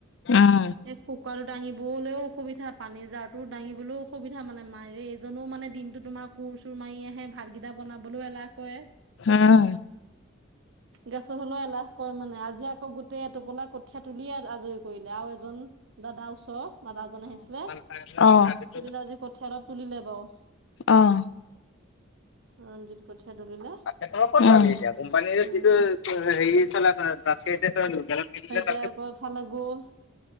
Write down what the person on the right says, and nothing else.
এই কুকাৰটো দাঙিবলৈও অসুবিধা, পানী যাৰটো দাঙিবলৈও অসুবিধা মানে, মাযে। মানুহজানো মানে দিনতো তোমাৰ কোৰ-চোৰ মাৰি আহে, ভাতকেইটা বনাবলৈও এলাহ কৰে।
গেছত হ'লেও এলাহ কৰে মানে আজি আকৌ গোটেই এটোপোলা কঠিয়া তুলিয়ে আজৰি কৰিলে আৰু এজন দাদা ওচৰ দাদা এজন আহিছিলে।
তুলিলে, আজি কঠিয়া অলপ তুলিলে বাৰু।
ৰঞ্জিত কঠিয়া তুলিলে।
উম
তেওঁ আকৌ এফালে গ'ল,